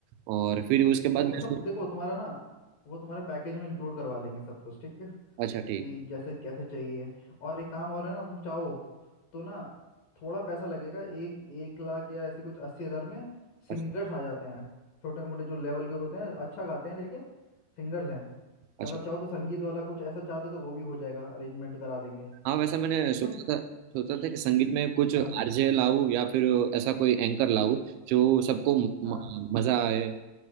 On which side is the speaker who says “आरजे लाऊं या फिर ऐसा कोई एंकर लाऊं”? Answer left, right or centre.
Right